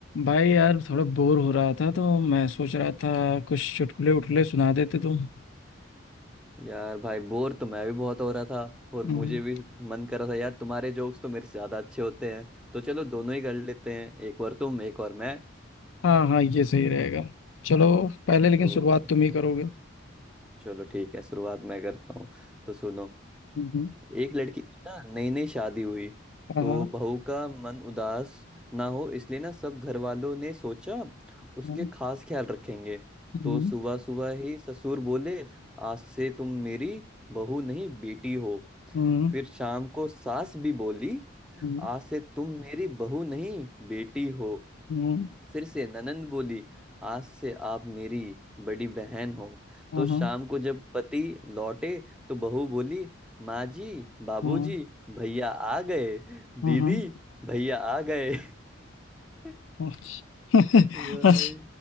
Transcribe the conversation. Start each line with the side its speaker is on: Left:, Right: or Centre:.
Left: भाई यार थोड़ा बोर हो रहा था तो मैं सोच रहा था कुछ चुटकुले उठले सुना देते तुम
Centre: यार भाई बोर तो मैं भी बहुत हो रहा था और
Left: हम्म,
Centre: मुझे भी मन कर रहा था यार तुम्हारे जोक्स तो मेरे से ज्यादा अच्छे होते हैं तो चलो दोनों ही कर लेते हैं एक बार तुम एक और मैं
Left: हाँ हाँ ये सही रहेगा चलो पहले लेकिन
Centre: जो
Left: शुरुआत तुम ही करोगे
Centre: चलो ठीक है शुरुआत मैं करता हूँ तो सुनो
Left: हम्म,
Centre: एक लड़की की ना नई नई शादी हुई
Left: हाँ
Centre: तो
Left: हाँ
Centre: बहू का मन उदास ना हो इसलिए ना सब घर वालों ने सोचा उसके
Left: हम्म,
Centre: खास ख्याल रखेंगे
Left: हम्म,
Centre: तो सुबह सुबह ही ससुर बोले आज से तुम मेरी बहू नहीं बेटी हो
Left: हम्म
Centre: फिर शाम को सास भी बोली
Left: हम्म,
Centre: आज से तुम मेरी बहू नहीं बेटी हो
Left: हम्म,
Centre: फिर से ननंद बोली आज से आप मेरी बड़ी बहन हो
Left: हाँ,
Centre: तो शाम
Left: हाँ,
Centre: को जब पति लौटे तो बहू बोली माँ जी बाबूजी
Left: हाँ,
Centre: भैया आ गए
Left: हाँ।
Centre: दीदी भैया आ गए <laughs>
Left: हाँ, अच्छा <laughs>
Centre: भाई
Left: अच्छा,